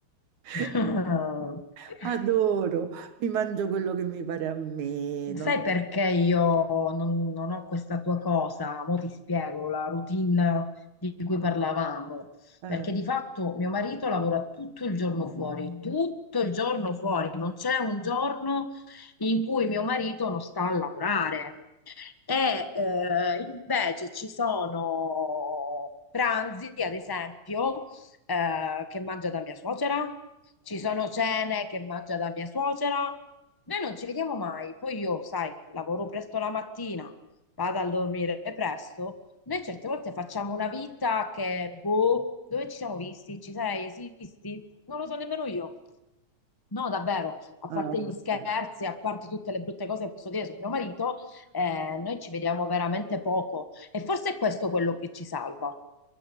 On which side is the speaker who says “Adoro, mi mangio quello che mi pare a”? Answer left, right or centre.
Right